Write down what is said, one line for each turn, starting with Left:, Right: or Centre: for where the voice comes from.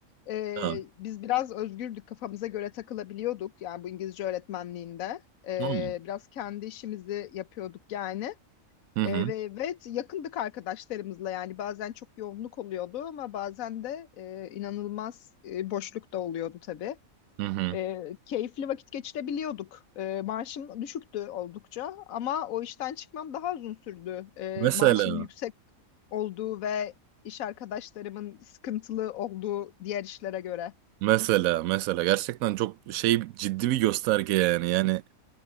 Left: e,
Right: Ha.
Left: biz biraz özgürdük, kafamıza göre takılabiliyorduk. Yani bu İngilizce öğretmenliğinde E,
Right: Hı hı.
Left: biraz kendi işimizi yapıyorduk yani.
Right: Hı
Left: E,
Right: hı.
Left: ve evet yakındık arkadaşlarımızla yani bazen çok yoğunluk oluyordu ama bazen de e, inanılmaz e, boşluk da oluyordu tabii.
Right: Hı hı.
Left: E, keyifli vakit geçirebiliyorduk. E, maaşım düşüktü oldukça ama o işten çıkmam daha uzun sürdü. E,
Right: Mesela.
Left: maaşım yüksek olduğu ve iş arkadaşlarımın sıkıntılı olduğu diğer işlere göre.
Right: Mesela mesela gerçekten çok şey ciddi bir gösterge yani yani